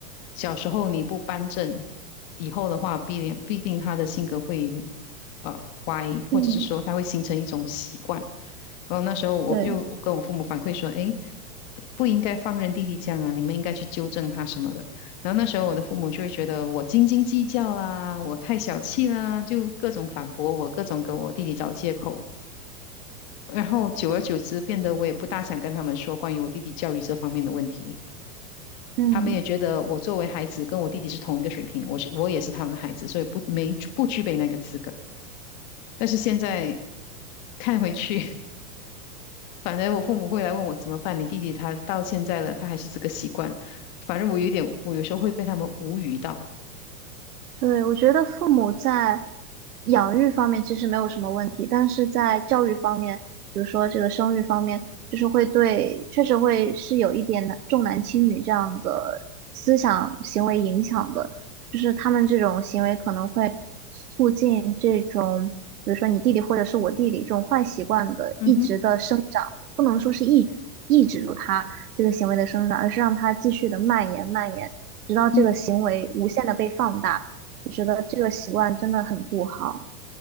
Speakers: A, on the left; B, on the right.
A: 小时候你不扳正，以后的话必定必定他的性格会呃歪，或者是说他会形成一种习惯。
B: 嗯，
A: 然后那时候我就跟我父母反馈说，
B: 对，
A: 诶，不不应该放任弟弟这样啊，你们应该去纠正他什么的。然后那时候我的父母就会觉得我斤斤计较啦，我太小气啦，就各种反驳我，各种给我弟弟找借口。然后久而久之，变得我也不大想跟他们说关于我弟弟教育这方面的问题。
B: 嗯。
A: 他们也觉得我作为孩子跟我弟弟是同一个水平，我是我也是他们的孩子，所以不没不具备那个资格。但是现在看回去，<laughs> 反正我父母会来问我怎么办，你弟弟他到现在了，他还是这个习惯。反正我有点，我有时候会被他们无语到。
B: 对，我觉得父母在养育方面其实没有什么问题，但是在教育方面，比如说这个生育方面，就是会对，确实会是有一点男重男轻女这样的思想行为影响的，就是他们这种行为可能会促进这种，比如说你弟弟或者是我弟弟这种坏习惯的一直的生长，
A: 嗯哼，
B: 不能说是抑抑制住他这个行为的生长，而是让他继续的蔓延蔓延，直到这个行为无限的被放大。
A: 嗯
B: 我觉得这个习惯真的很不好。